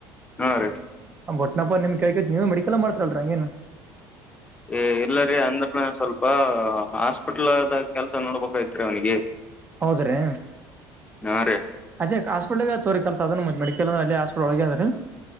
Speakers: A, on the left; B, on the right.
A: ಹಾ ರೀ
B: ಬಟ್ನಪ್ಪ ನಿಮ್ ಕೈ ಕೈತಿ ನೀವು ಮೆಡಿಕಲ್ ಮಾಡ್ತಿರಲ್ರಿ ಹಂಗೇನ.
A: ಎ ಇಲ್ಲರಿ ಅಂದ್ರ ನಾ ಸ್ವಲ್ಪ ಹಾಸ್ಪಿಟಲ್ದಾಗ್ ಕೆಲ್ಸ ನೋಡ್ಬೇಕ್ ಐತ್ ರಿ ಅವ್ನಿಗೆ.
B: ಹೌದ್ರಿ.
A: ಹಾ ರಿ.
B: ಅದೇ ಹಾಸ್ಪಿಟ್ಲಾಗ್ ತೋ ರಿ ಕೆಲಸ ಅದ ಮೆಡಿಕಲ್ ಹಾಸ್ಪಿಟ್ಲ್ ಒಳಗೆದ್ರೀ,